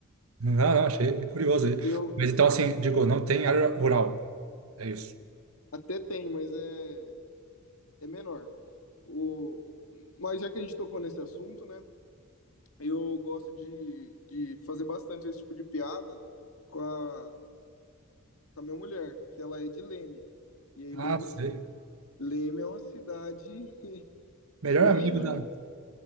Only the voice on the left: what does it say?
Eu
até tenho, mas é é menor. O, mas já que a gente tocou nesse assunto, né? Eu gosto de, de fazer bastante esse tipo de piada com a, com a minha mulher, que ela é de Leme. E aí, Leme,
sim. Leme é uma cidade
bem.